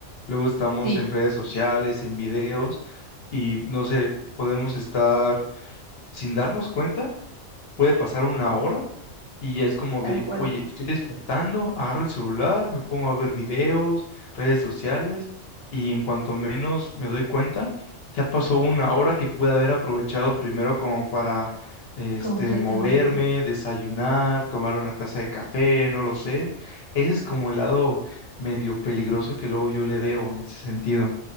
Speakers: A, on the left (about 60°); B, on the right (about 30°).
A: Luego estamos
B: Sí,
A: en redes sociales, en videos y no sé, podemos estar sin darnos cuenta, puede pasar una hora y ya es como
B: tal
A: de,
B: cual.
A: oye, estoy despertando, agarro el celular, me pongo a ver videos, redes sociales, y en cuanto menos me doy cuenta, ya pasó una hora que pude haber aprovechado primero como para, este,
B: Completamente.
A: moverme, desayunar, tomar una taza de café, no lo sé. Ese es como el lado medio peligroso que luego yo le veo en ese sentido.